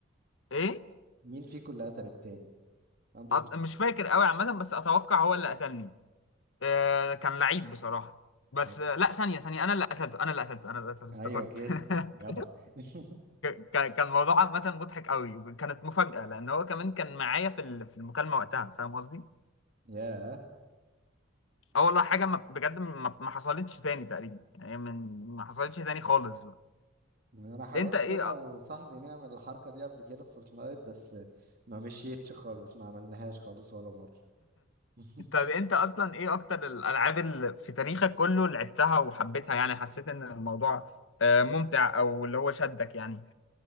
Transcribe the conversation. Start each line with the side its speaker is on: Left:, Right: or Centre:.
Left: ايه
Right: مين فيكم اللي قتل التاني عندي
Left: أط-
Right: فضول
Left: مش فاكر قوي عامه بس اتوقع هو اللي قتلني آه كان لعيب بصراحه بس
Right: بيخس
Left: آه، لا ثانيه ثانيه انا اللي قتلته انا اللي قتلته انا اللي قتلته افتكرت
Right: ايوه كده
Left: <laughs>
Right: جدع <laughs>
Left: ك- ك- كان الموضوع عامة مضحك قوي وكانت مفاجأة لأن هو كمان كان معايا في ال- في المكالمة وقتها فاهم قصدي؟
Right: ياه
Left: اه والله حاجة ما بجد ما ما حصلتش تاني تقريبا يعني من ما حصلتش تاني خالص بقى
Right: انا حاولت
Left: أنت إيه
Right: انا
Left: أ-
Right: وصاحبي نعمل الحركه دي قبل كده في فورتنايت بس ما مشيتش خالص ما عملناهاش خالص ولا مره <laughs>
Left: طب أنت أصلا إيه أكتر الألعاب اللي في تاريخك كله اللي لعبتها وحبيتها يعني حسيت إن الموضوع آه، ممتع أو اللي هو شدك يعني